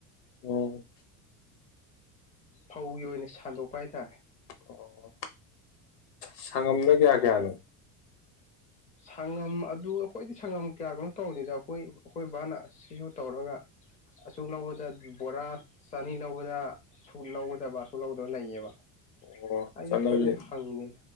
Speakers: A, on the left; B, on the left.
A: ꯑꯣ
B: ꯐꯧꯒꯤ ꯑꯣꯏꯅ ꯁꯟꯗꯣꯛꯄ ꯍꯥꯏꯇꯥꯔꯦ
A: ꯑꯣ ꯁꯪꯉꯝꯗ ꯀꯌꯥ
B: ꯐꯧ
A: ꯀꯌꯥꯅꯣ
B: ꯁꯪꯉꯝ ꯑꯗꯨ ꯑꯩꯈꯣꯏꯗꯤ ꯁꯪꯉꯝ ꯀꯌꯥꯒꯅꯣ ꯇꯧꯔꯤꯦꯗ ꯑꯩꯈꯣꯏ ꯑꯩꯈꯣꯏ ꯕꯥꯅ ꯁꯤꯁꯨ ꯇꯧꯔꯒ ꯑꯁꯨꯛ ꯂꯧꯕꯗ ꯕꯣꯔꯥ ꯆꯅꯤ ꯂꯧꯕꯗ ꯑ ꯂꯧꯒꯗꯕ ꯑꯁꯨꯛ ꯂꯧꯗꯕ ꯂꯩꯌꯦꯕ
A: ꯑꯣ
B: ꯑꯩꯁꯨ
A: ꯆꯠꯅꯕꯤ
B: ꯐꯖꯅ ꯍꯪꯗꯦ